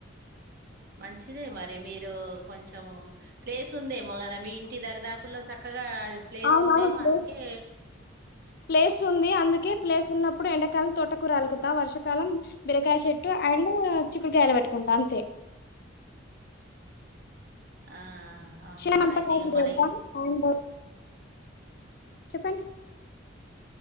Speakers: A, on the right (about 50°); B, on the left (about 55°).
A: మంచిదే మరి మీరు కొంచెం ప్లేస్ ఉందేమో కదా మీ ఇంటి దరిదాపుల్లో చక్కగా ప్లేస్
B: అవునవును
A: ఉందేమో
B: ప్లేస్
A: అందుకే
B: ప్లేస్ ఉంది అందుకే ప్లేస్ ఉన్నప్పుడు ఎండాకాలం తోటకూర అలుగుతా వర్షకాలం బిరకాయ చెట్టు అండ్ చిక్కుడుకాయలు పెట్టుకుంటా అంతే
A: ఆ అవునా
B: <unintelligible> అంత
A: అయితే
B: పెడతా
A: ఇక మన ఇ
B: అండ్ చెప్పండి